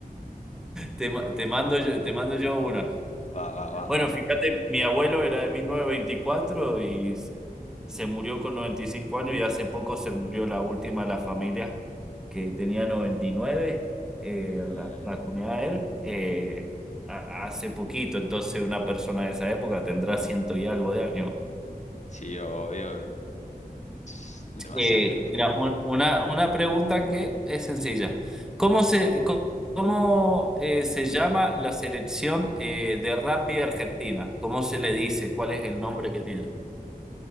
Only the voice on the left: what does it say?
Va, va, va.
Mm,
sí, obvio. Tss, Demasiado
tiempo.